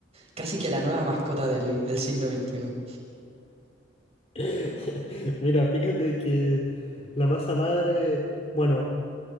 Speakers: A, on the right; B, on the left.
A: casi que la nueva mascota del, del siglo veintiuno
B: <laughs> Mira, fíjate que la masa madre, bueno,